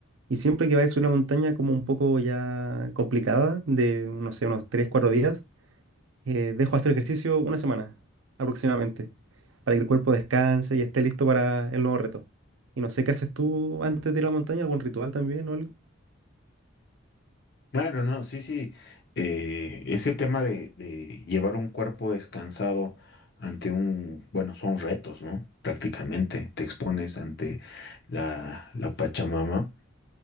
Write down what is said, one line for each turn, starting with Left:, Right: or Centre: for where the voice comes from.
Right: Y siempre que vaya a subir una montaña como un poco ya complicada, de no sé, unos 3 4 días, eh, dejo hacer ejercicio una semana aproximadamente, para que el cuerpo descanse y esté listo para el nuevo reto. Y no sé qué haces tú antes de ir a la montaña, algún ritual también o algo.
Left: Claro, no, sí, sí. Eh, ese tema de, de llevar un cuerpo descansado ante un, bueno, son retos, ¿no? Prácticamente te expones ante la, la Pachamama,